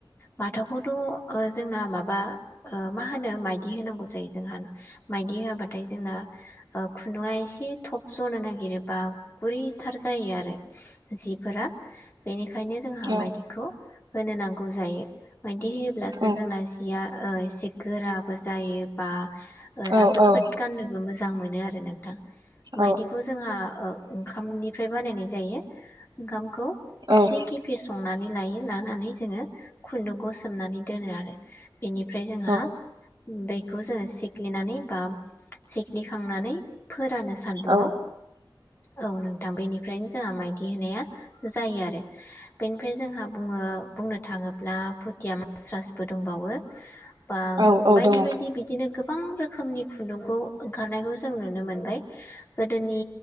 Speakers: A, on the left; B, on the right.
A: माथावखौथ' जोंना माबा मा होनो माइदि होनांगौ जायो जोंहा माइदि होआाबाथ थाय जोंना खुन्दुङा एसे थब गेरो बा गुरैथार जायो आरो जिफोरा बेनि खायनो जोंहा
B: औ
A: मायदिखौ होनो नांगौ जायो मायदि होयोब्लासो
B: औ
A: जोंना जिया ओ एसे गोराबो जायो बा राफोद
B: औ औ
A: फोद गाननोबो मोजां जां मोनो आरो नोंथां
B: औ
A: मायदिखौ जोंहा ओ ओंखामनिफ्राय बानायनाय जायो। ओखामखौ
B: औ
A: एसे गिफे संनानै लायो ला नानै जोङो खुन्दुंखौ सोमनानै दोनो आरो बेनिफ्राय जोंहा
B: औ
A: दै खौ जोङो सिख्लिनानै बा सिग्लिखांनानै फोरानो सान्दुङआव
B: औ
A: औ नोंथां बेनिफ्रायनो जोंहा मायदि होनाया जायो आरो बेनिफ्राय जोंहा बुङो बुंनो थाङोब्ला भुथिया मास्रासबो दंबावो बा
B: औ औ
A: बायदि
B: दङ
A: बायदि बिदिनो गोबां रोखोमनि खुन्दुंखौ ओंखारनायखौ जों नुनो मोनबाय गोदोनि